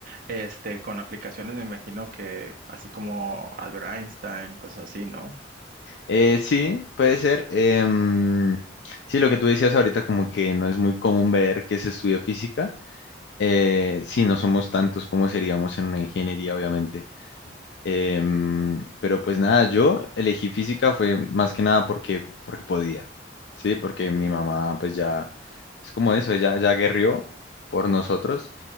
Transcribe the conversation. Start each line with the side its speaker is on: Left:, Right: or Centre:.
Right: este, con aplicaciones me imagino que así como Albert Einstein y cosas así, ¿no?
Left: Eh, sí, puede ser. em, sí, lo que tú decías ahorita, como que no es muy común ver que se estudia física. Eh, sí, no somos tantos como seríamos en una ingeniería, obviamente. Em, pero pues nada, yo elegí física fue más que nada porque, porque podía, ¿sí? Porque mi mamá pues ya es como eso, ella ya guerrió por nosotros